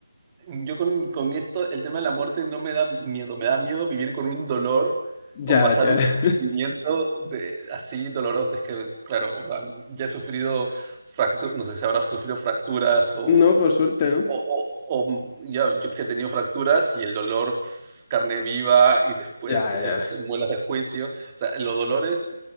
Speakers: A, on the right; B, on the left.
A: Yo con, con esto, el tema de la muerte no me da miedo, me da miedo vivir con un dolor o
B: Ya,
A: pasar
B: ya.
A: un
B: <laughs>
A: sufrimiento de, así doloroso. Es que, claro, o sea, ya he sufrido fracturas, no sé si habrá sufrido fracturas o,
B: No,
A: o,
B: por suerte, ¿no?
A: o- o ya, yo que he tenido fracturas y el dolor pf, carne viva y después
B: Ya, ya.
A: este, muelas de juicio. O sea, los dolores